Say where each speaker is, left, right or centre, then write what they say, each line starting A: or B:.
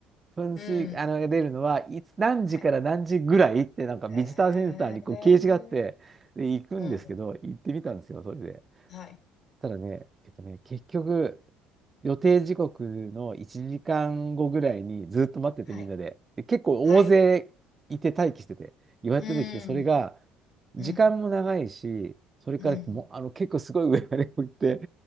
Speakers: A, on the right (about 30°); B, on the left (about 55°).
A: 噴水、
B: うん。
A: あの、が出るのはいつ、何時から何時ぐらいってなんかビジターセンターにこう掲示があって、
B: はい。へえ、
A: で、行くんですけど、
B: うん。
A: 行ってみたんですよ、それで。
B: はい。
A: ただね、えっとね、結局、予定時刻の1時間後ぐらいにずっと待っててみんなで、
B: はい。
A: で結構大勢いて待機してて、
B: はい。
A: 予約出てきて、
B: うん。
A: それが時間も長いし、
B: うん。
A: それからもうあの結構すごい上まで置いて、
B: うん。